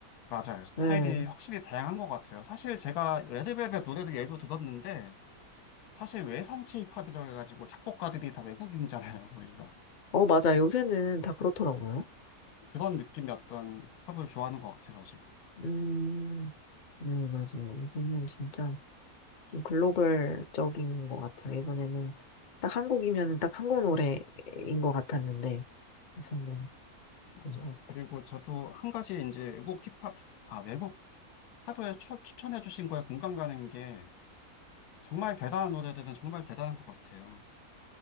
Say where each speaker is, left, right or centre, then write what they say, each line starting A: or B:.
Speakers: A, on the left (about 85°); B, on the left (about 55°).
A: 맞아요. 스타일이
B: 네.
A: 확실히 다양한 것 같아요. 사실 제가 레드벨벳 노래들 예로 들었는데, 사실 외산 케이팝이라고 해가지고 작곡가들이 다 외국인이잖아요, 거기가.
B: 어, 맞아. 요새는 다 그렇더라고요.
A: 그런 느낌의 어떤 팝을 좋아하는 것 같아가지고.
B: 음, 네, 맞아요. 요새는 진짜 좀 글로벌적인 것 같아요. 예전에는 딱 한국이면 딱 한국 노래인 것 같았는데 무슨 노래?
A: 맞아요.
B: 네.
A: 그리고 저도 한 가지 이제 외국 힙합, 아, 외국 팝을 추, 추천해 주신 거에 공감 가는 게 정말 대단한 노래들은 정말 대단한 것 같아요.